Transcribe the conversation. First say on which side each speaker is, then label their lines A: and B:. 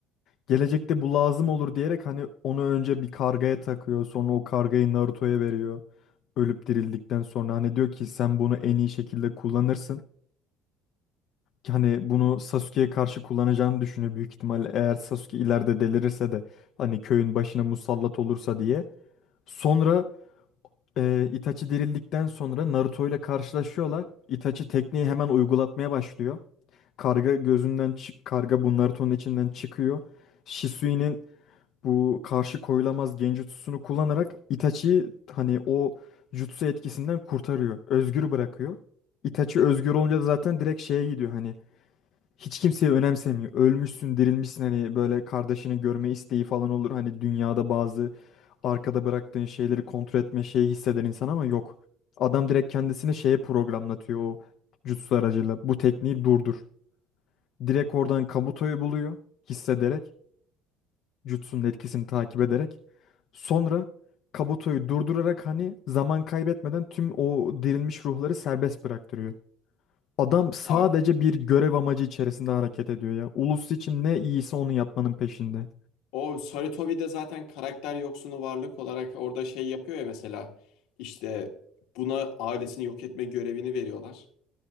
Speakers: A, on the left; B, on the left.
A: Gelecekte bu lazım olur diyerek hani onu önce bir kargaya takıyor. Sonra o kargayı Naruto'ya veriyor. Ölüp dirildikten sonra hani diyor ki sen bunu en iyi şekilde kullanırsın hani bunu Sasuke'ye karşı kullanacağını düşünüyor büyük ihtimal eğer Sasuke ileride delirirse de hani köyün başına musallat olursa diye. Sonra e, Itachi dirildikten sonra Naruto ile karşılaşıyorlar. Itachi tekniği hemen uygulatmaya başlıyor. Karga gözünden çık karga bu Naruto'nun içinden çıkıyor. Shisui'nin bu karşı koyulamaz Genjutsu'sunu kullanarak Itachi'yi hani o jutsu etkisinden kurtarıyor. Özgür bırakıyor. Itachi özgür olunca da zaten direkt şeye gidiyor hani hiç kimseye önemsemiyor. Ölmüşsün, dirilmişsin hani böyle kardeşini görme isteği falan olur. Hani dünyada bazı arkada bıraktığın şeyleri kontrol etme şeyi hisseder insan ama yok. Adam direkt kendisini şeye programlatıyor o jutsu aracıyla. Bu tekniği durdur. Direkt oradan Kabuto'yu buluyor hissederek. Jutsu'nun etkisini takip ederek. Sonra Kabuto'yu durdurarak hani zaman kaybetmeden tüm o dirilmiş ruhları serbest bıraktırıyor. Adam sadece
B: A-
A: bir görev amacı içerisinde hareket ediyor ya. Ulus için ne iyisi onu yapmanın peşinde.
B: o Sarutobi'de zaten karakter yoksunu varlık olarak orada şey yapıyor ya mesela. İşte buna ailesini yok etme görevini veriyorlar.